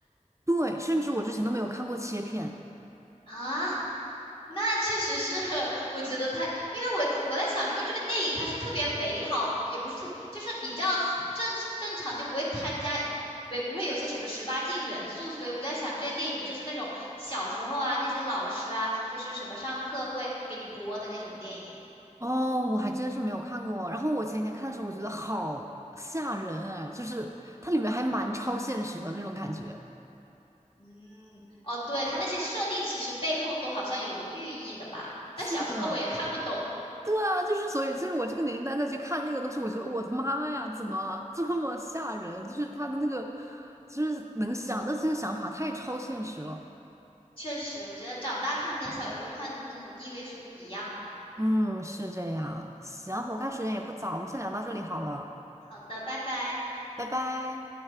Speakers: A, on the right; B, on the left.
A: 对，甚至我之前都没有看过切片。
B: 啊。那确实是，<laughs> 我觉得他，因为我我在想，因为这个电影它是特别美好，也不是特，就是比较正正常，就不会参加，没不会有一些什么十八禁元素，所以我就在想，这些电影不就是那种小时候啊，那些老师啊，就是什么上课会给你播的那种电影。
A: 哦，我还真是没有看过。然后我前几天看的时候，我觉得好吓人哎，就是它里面还蛮超现实的那种感觉。
B: 嗯，哦，对，它那些设定其实背后都好像有寓意的吧，但小时候我也看不懂。
A: 是的，对啊，就是所以，就是我这个年龄段再去看那个东西，我觉得我的妈呀，怎么这么吓人？就是他的那个，就是能想到这些想法太超现实了。
B: 确实，我觉得长大看跟小时候看那种意味是不一样的。
A: 嗯，是这样。行，我看时间也不早，我们先聊到这里好了，
B: 好的，拜拜。
A: 拜拜。